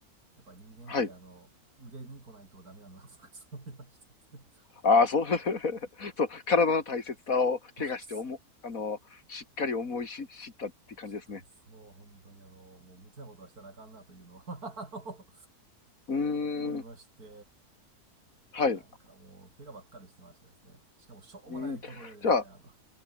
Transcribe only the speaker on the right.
やっぱり人間って、
あの、腕に来ないとダメなんだなと、ちょっと思いましてですね。
<laughs> そうです。
ちょっとです。もう本当にあの、もう無茶なことはしたらあかんなというのは <laughs> あの
思いまして、
なんかもう怪我ばっかりしてましたですね。しかもしょうもないことでですね、
あの